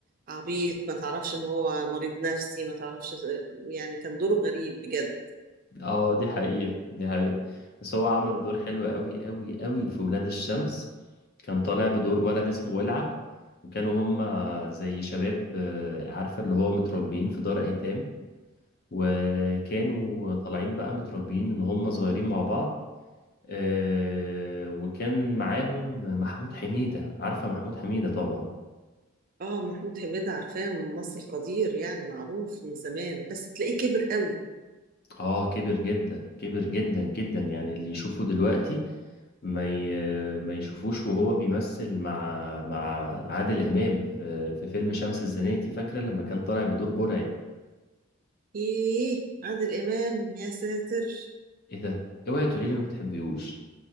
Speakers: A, on the right (about 40°); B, on the left (about 45°).
A: عبيط ما تعرفش ان هو مريض نفسي ما تعرفش يعني كان دوره غريب بجد
B: اه دي حقيقة دي حقيقة بس هو عمل دور حلو قوي قوي قوي في ولاد الشمس كان طالع بدور ولد اسمه ولعة وكانوا هما زي شباب آه، عارفة اللي هو متربيين في دار أيتام وكانوا طالعين بقى متربيين من هما صغيرين مع بعض آه، وكان معاهم محمود حميدة عارفة محمود حميدة طبعا
A: اه محمود حميدة عارفاه ممثل قدير يعني معروف من زمان بس تلاقيه كبر قوي
B: اه كبر جدا كبر جدا جدا يعني اللي يشوفه دلوقتي ما ي... ما يشوفوش وهو بيمثل مع مع عادل امام في, في فيلم شمس الزناتي فاكره لما كان طالع بدور برعي
A: ايه عادل امام يا ساتر
B: ايه ده اوعي تقولي لي ما بتحبيهوش